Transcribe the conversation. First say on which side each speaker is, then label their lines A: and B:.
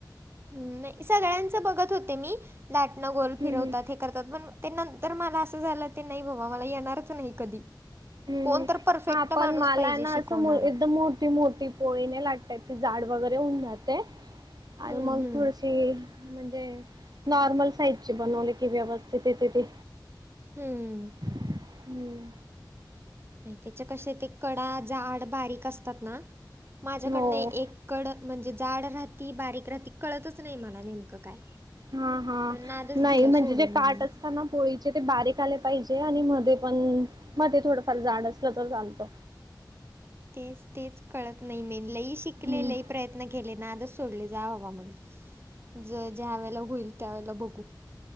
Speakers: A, on the right; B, on the right.
A: नाही सगळ्यांच बघत होते मी- लाटणं गोल
B: हम्म
A: फिरवतात
B: हम्म
A: हे करतात पण ते नंतर मला असं झालं ते नाही बाबा मला येणारच नाही कधी
B: हम्म
A: कोण तर परफेक्ट
B: हा पण
A: माणूस
B: मला
A: पाहिजे
B: आहे ना
A: शिकवणारं.
B: असं एकदम मोठी मोठी पोळीने लाटतात येत मग जाड वगैरे हुन जाते आणि
A: हम्म,
B: मग
A: हम्म,
B: थोडीशी त म्हणजे नॉर्मल साईजची बनवली कि व्यवस्थित आहे तिथी
A: हम्म.
B: हम्म.
A: आणि त्याचे कसे ते कडा जाड बारीक असतात ना माझ्याकडनं
B: हो
A: एक कड म्हणजे जाड राहती बारीक राहती कळतच नाही मला नेमकं काय
B: हा हा
A: नादच
B: नाही
A: दिला
B: म्हणजे
A: सोडून
B: जे
A: मग
B: काठ
A: मी
B: असत ना पोळीचे ते बारीक आले पाहिजे आणि मध्ये पण मध्ये थोडंफार जाड असलं तर चालतं
A: तेच तेच कळत नाही मे लई शिकले
B: हम्म
A: लई प्रयत्न केेले नादच सोडले जा बाबा म्हणलं ज ज्या वेळेला होईल त्यावेेळेला बघू